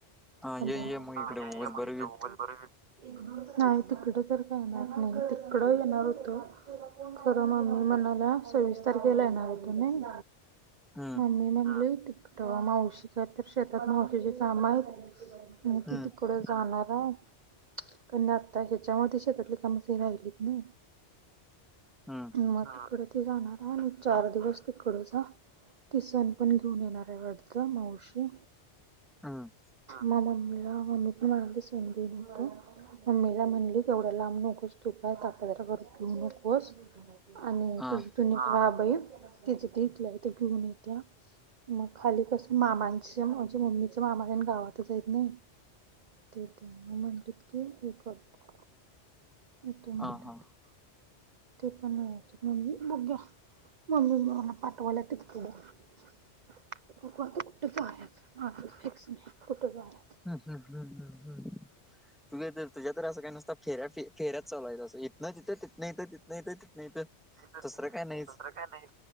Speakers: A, on the right (about 50°); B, in the centre.
A: <inaudible>
B: ये
A: हा मोबाल
B: ये मग इकडे उगाच बरं होईल
A: बरोब नाही तिकडं तर काही नाही नाही ते <inaudible> इकड येणार होत खरं मग मी म्हणाल्या सव्वीस तारखेला येणार होत नाही
B: हम्म
A: <inaudible> <inaudible> मम्मी म्हणलेय तिकटं मावशी का तर शेतात मावशीची काम आहेत <inaudible> म
B: हम्म
A: कि तिकडे जाणार आहे कार नाही आता ह्याच्यामध्ये शेतातले कामसे राहिलीत ना
B: हम्म
A: <inaudible> <inaudible> मग तिकड ते जाणार आहे म चार दिवस तिकड जा <inaudible> ती सण पण घेऊन येणार आहे वाटत मावशी
B: हम्म
A: मामा म मम्मी पण मणा समजून येतो <inaudible> मम्मीला म्हणली तेवढा लांब नकोच तुट का ताकदरा करून घेऊ <inaudible> नकोस आणि
B: हा
A: तुझ तब तिथ घेऊन येत <inaudible> मग खाली कस माम अ माझ्या मम्मीच्या मामाण गावातच आहेत नाही ते ते <inaudible> म्हंटली की हे करत <inaudible> तू म्हणट
B: हा हा
A: ते पण नाहीच म्हजी बघ्या <inaudible> मम्मी मला पाठवाला तख <inaudible> त कुट जा आहे फिकस कुट जा <inaudible>
B: हम्म हम्म हम्म हम्म हम्म तुझ्या त तुझ्या तर असंत काय नुसत्या फेऱ्या फेऱ्या चालु आहेत असं इथनं तिथं तितनं इथं तितन इथं तिनं इथं
A: दुसरं
B: काय नाहीच
A: काय नायी